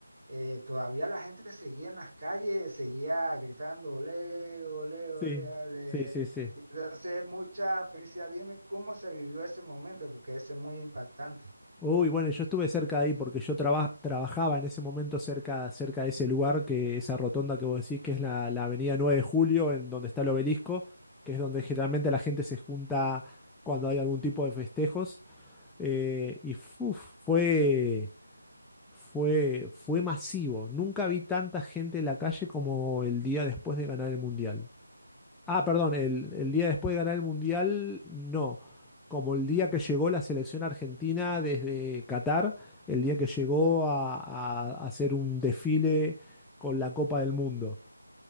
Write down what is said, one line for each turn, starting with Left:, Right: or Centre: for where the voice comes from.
Right: eh, todavía la gente seguía en las calles, seguía gritando, ole, ole,
Centre: Sí,
Right: ole, ole.
Centre: sí, sí, sí.
Right: Y Entonces, mucha felicidad. Dime cómo se vivió ese momento, porque ese es muy impactante.
Centre: Uy, bueno, yo estuve cerca de ahí porque yo traba- trabajaba en ese momento cerca, cerca de ese lugar, que esa rotonda que vos decís, que es la, la avenida 9 de Julio, en donde está el obelisco, que es donde generalmente la gente se junta cuando hay algún tipo de festejos. eh, y fu- fue. fue, fue masivo. Nunca vi tanta gente en la calle como el día después de ganar el Mundial. Ah, perdón, el, el día después de ganar el Mundial, no. Como el día que llegó la selección argentina desde Qatar, el día que llegó a, a- a hacer un desfile con la Copa del Mundo.